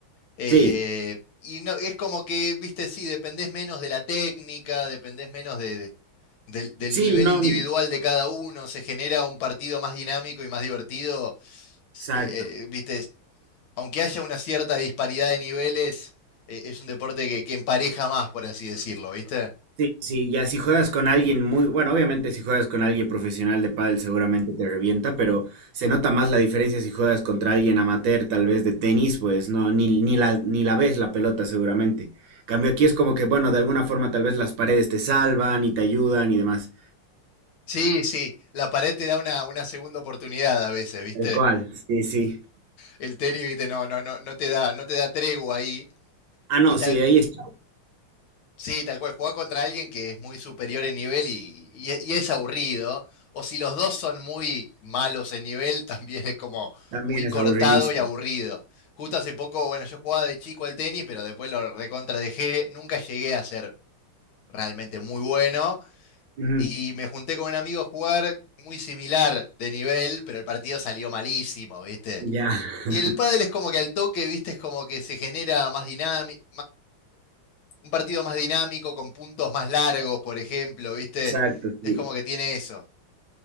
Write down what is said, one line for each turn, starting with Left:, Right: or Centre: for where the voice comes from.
Left: Eh,
Right: Sí,
Left: y no, es como que, viste, sí, dependés menos de la técnica, dependés menos de, del, del
Right: sí,
Left: nivel
Right: no,
Left: individual de cada uno, se genera un partido más dinámico y más divertido.
Right: exacto.
Left: Eh, eh, viste, aunque haya una cierta disparidad de niveles, eh, es un deporte que, que empareja más, por así decirlo, ¿viste?
Right: Sí, sí, ya si juegas con alguien muy, bueno, obviamente si juegas con alguien profesional de pádel seguramente te revienta, pero se nota más la diferencia si juegas contra alguien amateur, tal vez de tenis, pues no, ni, ni la, ni la ves la pelota seguramente. Cambio aquí es como que, bueno, de alguna forma tal vez las paredes te salvan y te ayudan y demás.
Left: Sí, sí, la pared te da una, una segunda oportunidad a veces, ¿viste?
Right: Tal cual, sí, sí.
Left: El tenis, ¿viste? No, no, no, no te da, no te da tregua ahí.
Right: Ah, no,
Left: Y tal,
Right: sí, ahí está.
Left: Sí, tal cual, jugar contra alguien que es muy superior en nivel y, y- y es aburrido. O si los dos son muy malos en nivel, <laughs> también es como
Right: También
Left: muy
Right: es
Left: cortado
Right: aburridísimo.
Left: y aburrido. Justo hace poco, bueno, yo jugaba de chico al tenis, pero después lo recontra dejé. Nunca llegué a ser realmente muy bueno.
Right: Ujú,
Left: Y me junté con un amigo a jugar muy similar de nivel, pero el partido salió malísimo, ¿viste?
Right: Ya,
Left: Y
Right: <laughs>
Left: el pádel es como que al toque, viste, es como que se genera más dinámico, un partido más dinámico, con puntos más largos, por ejemplo, viste,
Right: exacto, sí.
Left: es como que tiene eso.